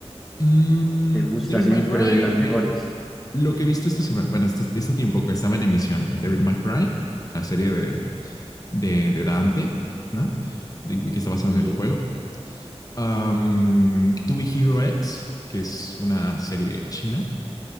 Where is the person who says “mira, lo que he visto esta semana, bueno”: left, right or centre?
Left